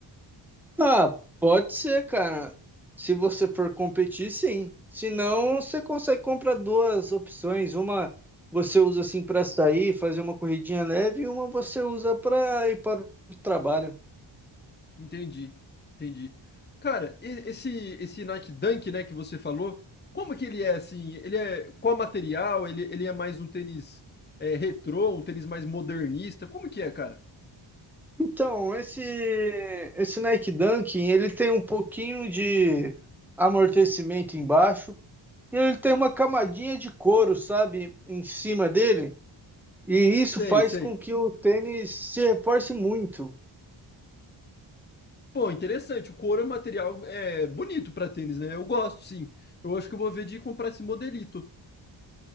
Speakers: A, in the centre; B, on the left (about 20°).
A: Ah, pode ser, cara. Se você for competir, sim. Se não, você consegue comprar duas opções. Uma você usa assim para sair, fazer uma corridinha leve, e uma você usa para ir para o trabalho.
B: Entendi. Entendi. Cara, e- esse esse Nike Dunk, né, que você falou, como que ele é assim? Ele é qual material? Ele, ele é mais um tênis é, retrô, um tênis mais modernista? Como que é, cara?
A: Então, esse esse Nike Dunk, ele tem um pouquinho de amortecimento embaixo, E ele tem uma camadinha de couro, sabe, em cima dele, e isso
B: Sei,
A: faz
B: sei.
A: com que o tênis se reforce muito.
B: Pô, interessante. O couro é um material é, bonito para tênis, né? Eu gosto, sim. Eu acho que eu vou ver de comprar esse modelito.